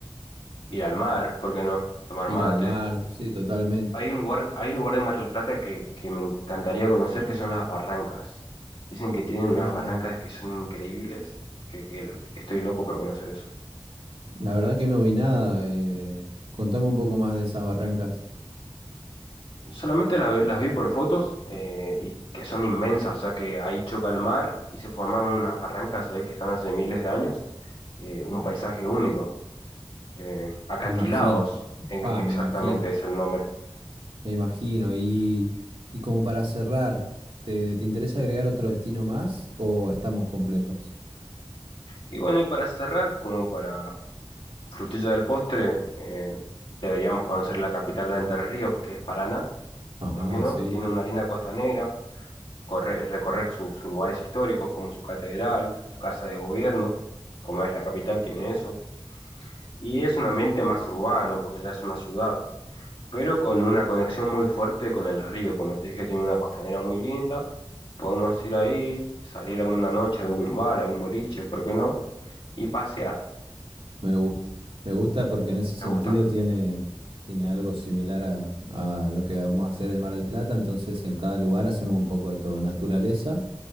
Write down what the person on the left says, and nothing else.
Ir al mar, ¿por qué no? Tomar
mate,
Hay un lugar, hay un lugar de Mar del Plata que, que me encantaría conocer, que son las Barrancas. Dicen que tienen
unas barrancas que son increíbles, que, que el- estoy loco por conocer eso.
Solamente la- las vi por fotos eh, y que son inmensas, o sea que ahí choca el mar y se forman unas barrancas eh, que están hace miles de años, eh, un paisaje único. eh, acantilados,
en-
exactamente
es el nombre.
Y bueno, y para cerrar, como para Frutilla del postre, eh, deberíamos conocer la capital de Entre Ríos, que es Paraná,
¿por qué no?
Tiene una linda costanera, corre- recorrer su- sus lugares históricos como su catedral, su casa de gobierno, como es la capital, tiene eso. Y es un ambiente más urbano, porque ya es una ciudad, pero con una conexión muy fuerte con el río, como te dije, tiene una costanera muy linda, podemos ir ahí, salir alguna noche de algún bar, a algún boliche, ¿por qué no? Y pasear,
¿te gusta?